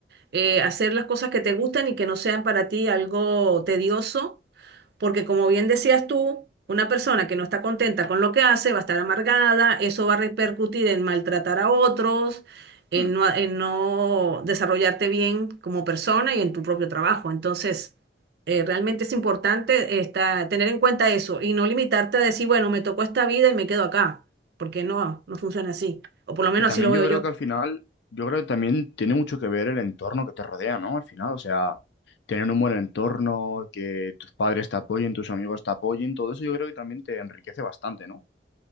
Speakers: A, on the right; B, on the left.
A: Eh, hacer las cosas que te gustan y que no sean para ti algo tedioso porque como bien decías tú, una persona que no está contenta con lo que hace va a estar amargada, eso va a repercutir en maltratar a otros, en
B: Mm.
A: no, en no desarrollarte bien como persona y en tu propio trabajo. Entonces, eh, realmente es importante esta- tener en cuenta eso y no limitarte a decir, bueno, me tocó esta vida y me quedo acá, porque no, no funciona así, o por lo menos
B: Y también
A: así lo veo
B: yo creo
A: yo.
B: que al final, yo creo que también tiene mucho que ver el entorno que te rodea, ¿no? Al final, o sea, tener un buen entorno, que tus padres te apoyen, tus amigos te apoyen, todo eso yo creo que también te enriquece bastante, ¿no?